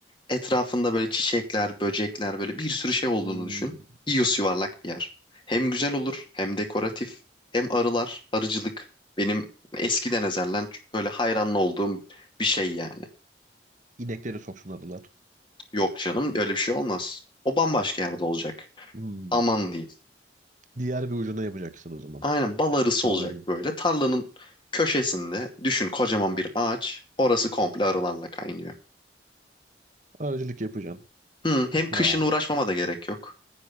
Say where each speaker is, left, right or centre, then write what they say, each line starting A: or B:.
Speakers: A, on the left (about 25°); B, on the right (about 40°).
A: Etrafında böyle çiçekler, böcekler böyle bir sürü şey olduğunu
B: Hmm,
A: düşün. İyos yuvarlak bir yer. Hem güzel olur hem dekoratif. Hem arılar, arıcılık. Benim eskiden ezelden böyle hayranlı olduğum bir şey yani.
B: inekleri soksun arılar.
A: Yok canım öyle bir şey olmaz. O bambaşka yerde olacak.
B: Hmm,
A: Aman diyeyim.
B: Diğer bir ucuna yapacaksın o zaman.
A: Aynen bal arısı
B: Tarlanın.
A: olacak böyle. Tarlanın köşesinde düşün kocaman bir ağaç. Orası komple arılarla kaynıyor.
B: Arıcılık yapacaksın.
A: Hı, hem kışın
B: Vay.
A: uğraşmama da gerek yok.